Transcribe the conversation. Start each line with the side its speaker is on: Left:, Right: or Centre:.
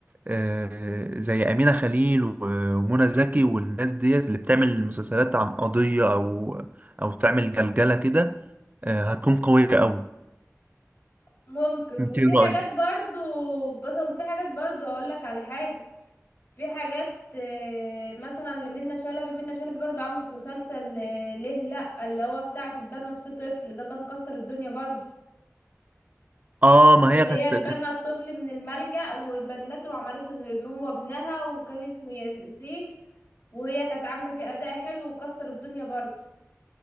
Right: آه زي أمينة خليل و- ومنى زكي والناس ديت اللي بتعمل مسلسلات عن قضية أو أو تعمل جلجلة كده آه هتكون قوية أوي
Left: ممكن وفي
Right: انت إيه رأيك؟
Left: حاجات برضو بس وفي حاجات برضو هقولك على حاجة في حاجات آه، مثلا لمنى شلبي منى شلبي برضو عملت مسلسل آه، ليه لأ اللي هو بتاع تتبنت فيه طفل ده كان كسر الدنيا برضو
Right: اه ما
Left: اللي
Right: هي كانت
Left: هي اتبنى الطفل من الملجأ واتبنته وعملته إنه يبقى هو ابنها وكان اسمه ياسين وهي كانت عاملة فيه أداء حلو وكسر الدنيا برضه